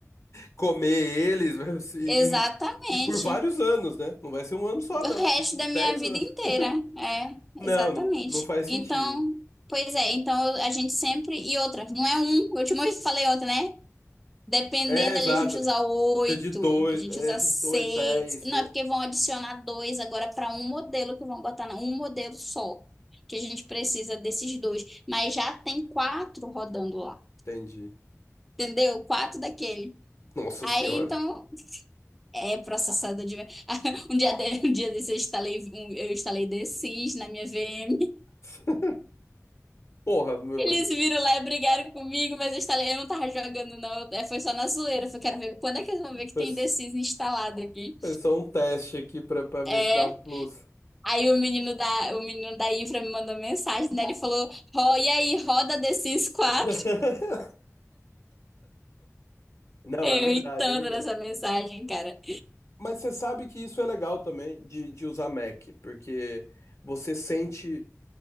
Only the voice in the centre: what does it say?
Exatamente.
O
resto
da minha
vida
inteira,
é,
exatamente.
Então, pois é, então eu- a gente sempre. E outra, não é um, eu te mo- falei outra, né? Dependendo
ali, a gente usa oito,
a gente
usa seis.
Não,
é porque vão adicionar dois agora para um modelo que vão botar na- um modelo só. Que a gente precisa desses dois. Mas já tem quatro rodando lá.
Entendeu? Quatro daquele.
Aí,
então. É processador de. <laughs> Um dia, de... um dia desse eu instalei, um- eu instalei The Sims na minha VM.
Eles viram lá e brigaram comigo, mas eu instalei, eu não tava jogando, não. É, Foi só na zoeira. Eu falei, quero ver quando é que eles vão ver que
tem The Sims instalado aqui.
É.
Aí o menino da, o menino da infra me mandou mensagem, né? Ele falou, Ro, e aí, roda The Sims 4?
<laughs>
Eu
ri tanto
nessa mensagem, cara.